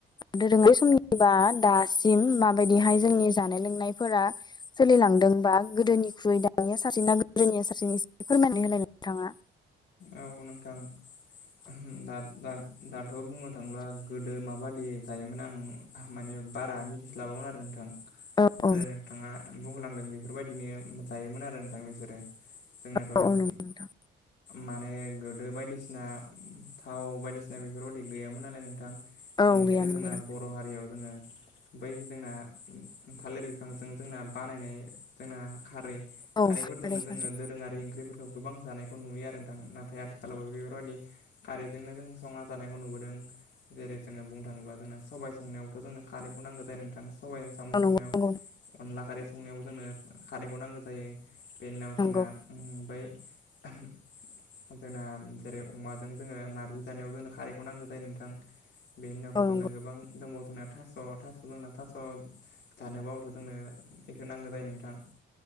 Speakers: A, on the left; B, on the left.
A: दोरोंआरि समनिबा दासिम माबायदिहाय जोंनि जानाय लोंनायफोरा सोलिलांदों बा गोदोनिख्रुइ दानिया साबसे ना गोदोनिया साबसे एसे फोरमायनाय होलाय नोंथाङा।
B: औ नोंथां ओहोम दा दा दाथ' बुंनो थांब्ला गोदो माबादि जायोमोन आं माने बारा मिथिस्लाबामोन आरो नोंथां।
A: औ
B: जेरै
A: औ
B: नोंथाङा बुंलांदों बेफोरबायदिनो जायोमोन आरो नोंथां बिसोरो। जोंनाथ'
A: औ औ नंगौ नोंथां
B: माने गोदो बायदिसिना थाव बायदिसिना बेफोरबायदि गैयामोन नालाय नोंथां
A: औ
B: बेनिखायनो
A: गैयामोन
B: जोंना
A: गैयामोन
B: बर' हारियाव जोङो बै जोंना थालिर बिफांजों जोंना बानायनाय जोंना खारै
A: औ
B: खारैफोरजोंनो
A: खारदै
B: जोङो
A: खारदै
B: दोरोङारि ओंख्रिफोरखौ गोबां जानायखौ नुयो आरो नाथाय आथिखालावबो बेफोरबायदि खारेजोंनो जों संना जानायखौ नुबोदों। जेरै जोङो बुंनो थाङोबा जोंना सबबाय संनायावथ' जोंनो खारैखौ नांगौ जायो नोंथां सबायाइजों साम'
A: औ
B: संनायाव,
A: नंगौ नंगौ
B: अनला खारै संनायाव जोंनो खारैखौ नांगौ जायो। बेनि उनाव
A: नंगौ
B: जोंना उम बै ओहम जोंना जेरै अमाजों जोङो नारजि जानायाव जोंनो खारैखौ नांगौ जायो नोंथां बेनि उनावथ'
A: औ नंगौ
B: जोंना गोबां दंबाव जोंना थास' थास' जोंना थास' थानोबा अथ' जोंनो बेखौ नांगौ जायो नोंथां।